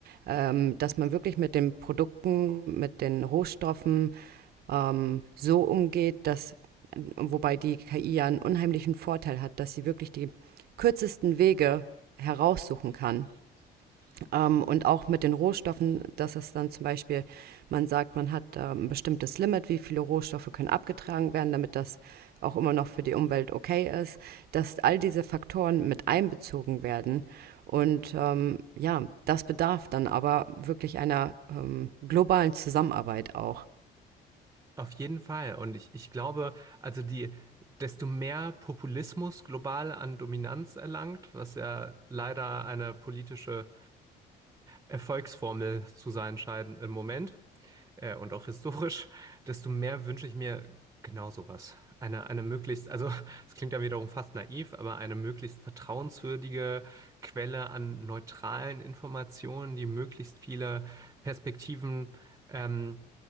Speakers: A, on the right (about 65°); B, on the right (about 20°).
A: ähm, dass man wirklich mit den Produkten, mit den Rohstoffen ähm, so umgeht, dass wobei die KI ja einen unheimlichen Vorteil hat, dass sie wirklich die kürzesten Wege heraussuchen kann ähm, und auch mit den Rohstoffen, dass es dann zum Beispiel, man sagt, man hat äh, ein bestimmtes Limit, wie viele Rohstoffe können abgetragen werden, damit das auch immer noch für die Umwelt okay ist, dass all diese Faktoren mit einbezogen werden. Und ähm, ja, das bedarf dann aber wirklich einer ähm, globalen Zusammenarbeit auch.
B: Auf jeden Fall. Und ich, ich glaube, also die, desto mehr Populismus global an Dominanz erlangt, was ja leider eine politische Erfolgsformel zu sein scheint im Moment, äh, und auch historisch, desto mehr wünsche ich mir genau sowas. Eine, eine möglichst, also <laughs> es klingt ja wiederum fast naiv, aber eine möglichst vertrauenswürdige Quelle an neutralen Informationen, die möglichst viele Perspektiven ähm,